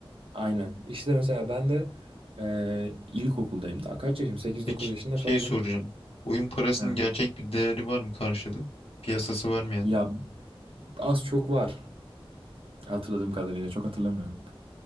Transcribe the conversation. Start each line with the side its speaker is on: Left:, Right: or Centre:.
Right: Aynen. İşte mesela ben de e, ilkokuldayım daha. Kaç yaşım? 8-9
Left: Peki
Right: yaşında
Left: şey
Right: falanım.
Left: soracağım. Oyun parasının
Right: Ha.
Left: gerçek bir değeri var mı karşılığı? Piyasası varmayan.
Right: Ya az çok var hatırladığım kadarıyla. Çok hatırlamıyorum.